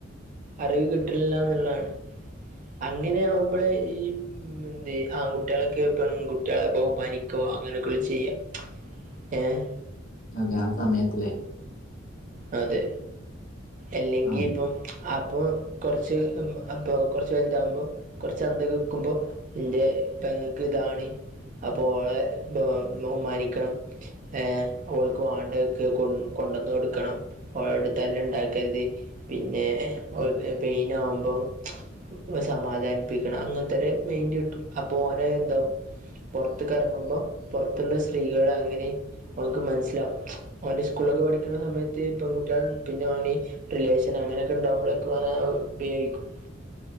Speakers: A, on the right; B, on the left.
A: അറിവ് കിട്ണ്ല്ലാന്ന്ള്ളതാണ് അങ്ങനെയാവുമ്പളെ ഈ ഉം മെന്തേ ആൺ കുട്ടേളക്കെ പെൺകുട്ടിളെ ബഹുമാനിക്കു അങ്ങനൊക്കെ ചെയ്യാ ഏഹ്
B: അതെ ആഹ് സമയത്ത്ലേ
A: അതെ എല്ലെങ്കിപ്പം
B: ആഹ് ഇത്
A: അപ്പോ കൊർച്ച് മ് അപ്പോ കൊർച്ച് വൽതാമ്പോ കൊർച്ചന്തക്കെക്ക്മ്പോ ഇന്റെ പെങ്ങക്ക്താണ് അപ്പോ ഓളെ ബഹു ബഹുമാനിക്കണം ഏഹ് ഓൾക്ക് വാണ്ടഅ്ക്കെ കൊ കൊണ്ടന്നൊട്ക്കണം ഓളോട് തല്ല്ണ്ടാക്കര്ത് പിന്നെ ഓൾക് പെയ്നാമ്പോ പ്പോ സമാധാനിപ്പിക്കണം അങ്ങൻ ത്തൊരെ മെയ്ന്റിട്ടും അപ്പോ ഓനെ ന്താവും പൊറത്ത്ക്കെറങ്ങുമ്പോ പൊറത്ത്ള്ള സ്ത്രീകള് അങ്ങനേം ഓൻക്ക് മനസ്സിലാവും ഓന്റെ സ്‌കൂളിലൊക്കെ പഠിക്ക്ണ സമയത്ത് ത്തി പെങ്കുട്ടികൾ പിന്നെ ഓന് റിലേഷൻ അങ്ങനൊക്കെ <unintelligible> ഉപയോഗിക്കും